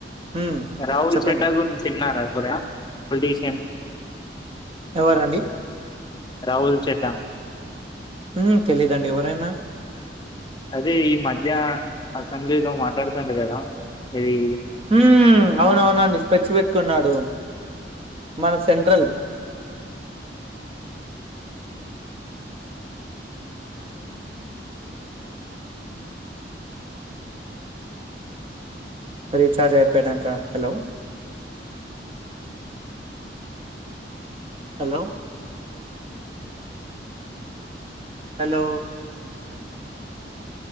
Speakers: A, on the right; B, on the left.
A: ఉమ్
B: రాహుల్
A: చెప్పండి
B: చెడ్డా గురించి విన్నారా సూర్య. పొలిటిషిన్.
A: ఎవరండి.
B: రాహుల్ చెడ్డా.
A: హు తెలీదండి ఎవరాయానా.
B: అదే ఈ మధ్య అసెంబ్లీలో మాట్లాడుతుడు కదా ఇది.
A: ఉమ్ అవునవునండి స్పెచ్ పెట్టుకున్నాడు మన సెంట్రల్ రీచార్జ్ అయిపోయినాకా హలో. హలో. హలో.